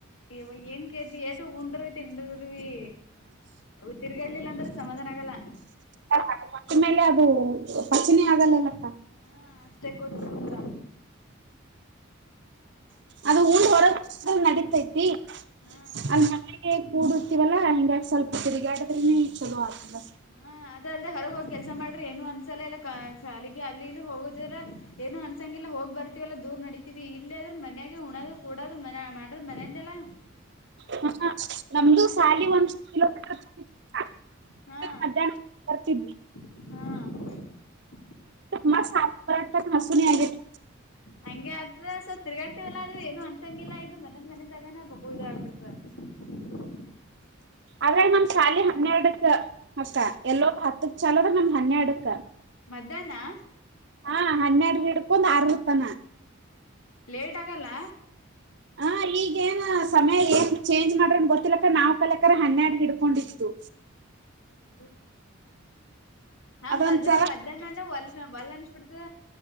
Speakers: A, on the left (about 75°); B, on the right (about 55°).
A: ಇವ ಏನ್ ಗೆದ್ದಿ ಎ ಉಂಡರಿ ತಿಂಡೀರಿವಿ. ಹು ತಿರ್ಗಾಡ್ಲಿಲ್ಲ ಅಂದ್ರೆ ಸಮಾಧಾನ ಆಗಲ್ಲ.
B: ಪಿ ಹೈ ಹೊಟ್ಟಿ ಮೇಲೆ ಅದು ಪಚ್ಚಿನಿ ಆಗಲ್ಲಲ್ಲಕ್ಕ.
A: ಹು ಅಷ್ಟೆ ಕೂತ್ಬಿಡ್ತದ.
B: ಅದು ಉಂಡ ಹೊರಬಂದ್ರ ನಡತೈತಿ
A: ಹಾ
B: ಅದನ್ನ ಹಂಗ ಇಡು. ಹೇ ಕೂಡರ್ತಿವಲ್ಲಾ ಹಿಂಗಾಗಿ ಸ್ವಲ್ಪ ತಿರುಗಾಡದ್ರನೆ ಚಲೋ ಆಗ್ತದ.
A: ಹ್ಹ. ಅದ ಅಲ್ಲದೆ ಹೊರಗೆ ಹೋಗಿ ಕೆಲಸ ಮಾಡ್ರಿ ಏನು ಅನ್ಸಲ್ಲಲ್ಲ ಶಾಲಿಗೆ ಅಲ್ಲಿ ಇಲ್ಲಿ ಹೋಗೋದ್ರ ಏನು ಅನ್ಸಂಗಿಲ್ಲ ಹೋಗ್ ಬರಿ. ತಿ ಎಲ್ಲ ದೂರ್ ನಡತಿವಿ ಇಲ್ಲೇ ಆದ್ರ ಮನೆಯಾಗ ಉಣೋದು ಕೂಡೋದು ಮನ್ಯಾಗ ಮಾಡ್ರ ಮನೆಯಿಂದೆಲ್ಲಾ.
B: ಹು ಹು ನಮ್ಮದು
A: ಹಂಗ
B: ಸಾಲಿ ಒಂದ್ ಕಿಲೋಮೀಟರ್ ದೂರ ಐತಿವಾ.
A: ಹ್ಹ ಅ.
B: ಅಡ್ಡಾಡಿ ಬರ್ತಿದ್ವಿ
A: ಹಅ.
B: ಮಸ್ ಸತ್ತಬಾದ್ ಟಕ್ ಹಸುನೇ ಆಗೇತಿ.
A: ಹಂಗೆ ಆಗತ್ತದ ಸ್ವಲ್ಪ ತಿರುಗಾಡ್ತಿವಲ್ಲ ಅಲ್ಲೇ ಏನು ಅನ್ಸಂಗಿಲ್ಲ ಇದು ಮನ್ಯಾದು ಮನ್ಯಾದುಅನ್ನನ ಬಗ್ಗು ಇದಾ ಆಗ್ಬಿಡ್ತ. <unintelligible>
B: ಆದ್ರಲ್ಲಿ ಮತ್ತ ಶಾಲೆ ಹನ್ನೆರಡಕ್ಕ ಅಕ್ಕ ಎಲ್ಲೋದು ಹತ್ತಕ್ ಚಾಲದ ನಮ್ಮದು ಹನ್ನೆರಡಕ್ಕ.
A: ಮಧ್ಯಾಹ್ನ
B: ಹಾ ಹನ್ನೆರಡು ಹಿಡ್ಕೊಂದ್ ಆರತನಾ.
A: ಲೇಟ್ ಆಗಲ್ಲ.
B: ಹಾ ಈಗೇನ ಸಮಯ ಏನ್ ಚೇಂಜ್ ಮಾಡ್ರನ್ ಗೊತ್ತಿಲ್ಲಕ್ಕ ನಾವ್ ಕಲೀಬೇಕಾರಾ ಹನ್ನೆರಡ್ ಹಿಡ್ಕೊಂಡಿತ್ತು.
A: ಹೌದು ಹಂಗ
B: ಅದೊಂದ್
A: ಅದನ
B: ಸಲಾ
A: ಮಧ್ಯಾಹ್ನ. ಮಧ್ಯಾಹ್ನನ ವಲ್ಲಾ ವಲ್ಲಾ ಅನಿಸಿಬಿಟ್ತದ.